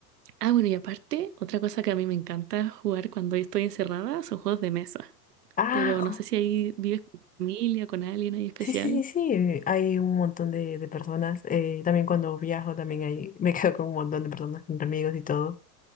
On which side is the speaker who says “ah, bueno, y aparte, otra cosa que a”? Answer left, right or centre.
Right